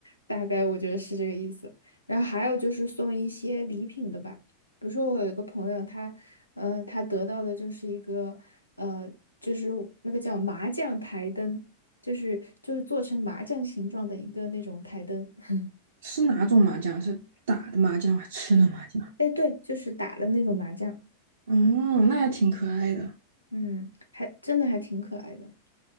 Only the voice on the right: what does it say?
是哪种麻将？是打的麻将还是吃的麻将？
<laughs> 嗯，那还挺可爱的